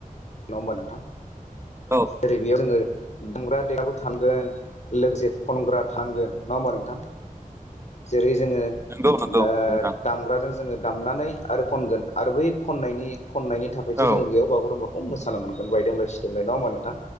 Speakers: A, on the left (about 50°); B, on the right (about 20°).
A: नङा होमबा नोंथां
B: औ
A: ओरै बेयाव जोङो दामग्रा देग्राबो थांगोन। लोगोसे खनग्रा थांगोन नङा होनबा नोंथां जेरै जोङो ओ
B: नंगौ नंगौ नंगौ नोंथां
A: दामग्राजों जोङो दामनानै आरो खनगोन आरो बै खननायनि खननायनि थाखायसो
B: औ
A: जोङो बेयाव बागुरुम्बा खौ मोसानो मोनगोन बायदेमलाय सिदेमलाय नङा होमबा नोंथां।